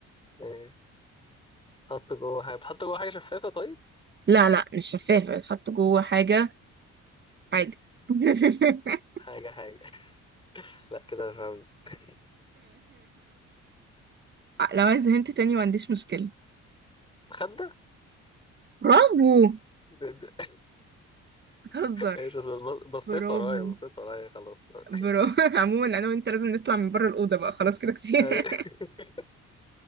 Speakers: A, on the left; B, on the right.
A: إيه حط جوه حاجة بتحط جوه حاجة شفافة طيب
B: لا لا مش شفافة بتحط جوه حاجة حاجة <laughs>
A: حاجة حاجة <laughs> لا كده أنا فهمت
B: لو عايز هنت تاني ما عنديش مشكلة
A: <laughs> مخدة
B: برافو
A: ده- ده-
B: بتهزر
A: ايش أصل بص- بصيت
B: برافو
A: ورايا بصيت ورايا خلاص <laughs> تمام.
B: برافو <laughs> عموما انا وانت لازم نطلع من بره الأوضة بقى خلاص كده كتير
A: أي-